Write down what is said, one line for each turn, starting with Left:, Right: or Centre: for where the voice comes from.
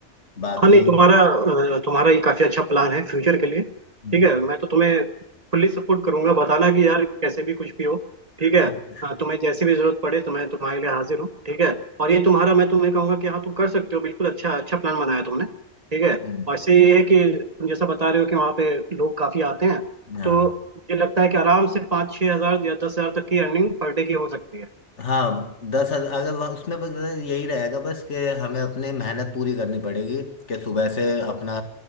Left: बाकी
Right: हाँ नहीं तुम्हारा अ, तुम्हारा ये काफी अच्छा प्लान है फ्यूचर के लिए
Left: हम्म
Right: ठीक है मैं तो तुम्हें फुल्ली सपोर्ट करूंगा बताना कि यार कैसे भी कुछ भी हो ठीक है
Left: <laughs>
Right: अ, तुम्हें जैसी भी जरूरत पड़े तो मैं तुम्हारे लिए हाजिर हूँ ठीक है और ये तुम्हारा मैं तुम्हें कहूंगा कि हाँ तुम कर सकते हो बिल्कुल अच्छा अच्छा प्लान बनाया तुमने ठीक है
Left: हम्म,
Right: और इससे ये है कि तुम जैसा बता रहे हो कि वहाँ पे लोग काफी आते हैं
Left: हाँ
Right: तो मुझे लगता है कि आराम से पाँच छः हजार या दस हजार तक की अर्निंग पर डे की हो सकती है
Left: हाँ दस हजार अगर वहाँ उसमें बस यही रहेगा बस कि हमें अपने मेहनत पूरी करनी पड़ेगी कि सुबह से अपना